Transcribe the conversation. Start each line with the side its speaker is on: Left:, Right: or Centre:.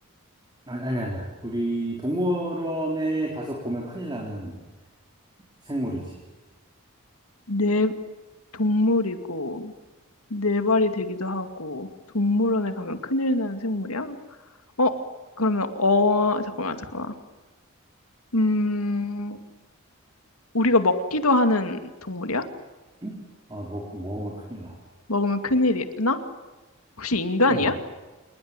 Right: 아니, 아니, 아니야. 우리 동물원에 가서 보면 큰일 나는 생물이지.
Left: 네 동물이고 네 발이 되기도 하고 동물원에 가면 큰일 나는 생물이야? 어? 그러면 어 잠깐만 잠깐만 음 우리가 먹기도 하는 동물이야?
Right: 응? 아, 먹 먹으면 큰일 나.
Left: 먹으면 큰일이 나? 혹시 인간이야?
Right: 응.